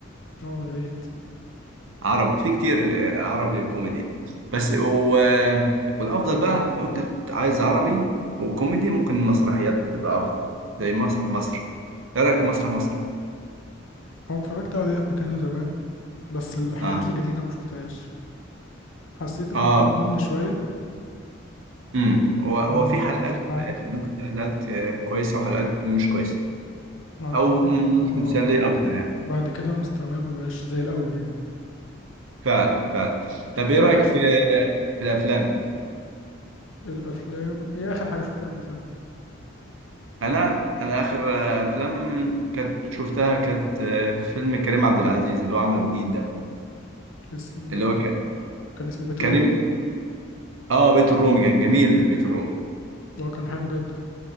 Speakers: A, on the left; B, on the right.
A: اه يا ريت
B: عربي في كتير آه، عربي وكوميدي بس و... آه، والافضل بقى لو انت عايز عربي وكوميدي ممكن المسرحيات بتبقى افضل زي مسرح مصر ايه رايك في مسرح مصر
A: هو اتفرجت عليه قبل كده زمان بس الحلقات
B: اه
A: الجديده ما شفتهاش حسيت انه
B: اه
A: بممل شويه
B: امم هو هو
A: من
B: في
A: الحاجات
B: حلقات
A: بتتعاد
B: وحلقات يعني ممكن حلقات آه، كويسه وحلقات مش كويسه
A: انا
B: او
A: حسيت
B: مش
A: انه
B: مثاليه اكتر يعني
A: بعد كده مستواه ما بقاش زي الاول يعني
B: فعلا فعلا طب ايه
A: ايه
B: رايك
A: اخر
B: في
A: فيلم شفته
B: في الافلام
A: الافلام ايه اخر حاجه شفتها مثلا
B: انا انا اخر افلام كانت شفتها كانت آه، فيلم كريم عبد العزيز اللي هو عمله الجديد ده
A: اسمه
B: اللي هو كان
A: كان اسمه بيت
B: كريم
A: الروبي
B: اه بيت الرومي كان جميل بيت الرومي
A: ده كان حلو جدا